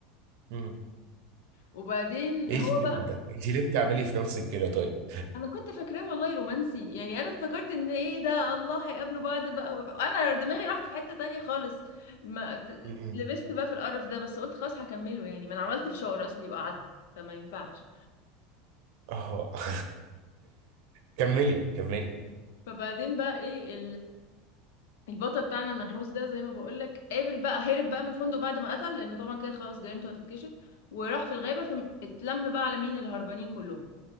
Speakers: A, on the right; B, on the left.
A: مم.
B: وبعدين
A: ايه
B: هو
A: الفيلم
B: بقى
A: ده؟ انت ليه بتعملي في نفسك كده طيب؟
B: انا كنت فاكراه والله رومانسي يعني انا افتكرت ان ايه ده الله هيقابلوا بعض بقى وف- انا دماغي راحت في حته تانية خالص ما ت-
A: مم.
B: لبست بقى في القرف ده بس قلت خلاص هكمله يعني ما انا عملت فشار اصلي وقعدت فما ينفعش
A: اه <laughs> كملي كملي
B: فبعدين بقى ايه البطل بتاعنا المنحوس ده زي ما بقولك قابل بقى هرب بقى من الفندق بعد ما قتل لانه طبعا كده خلاص جريمته هتتكشف وراح في الغابة فاتلم بقى على مين الهربانين كلهم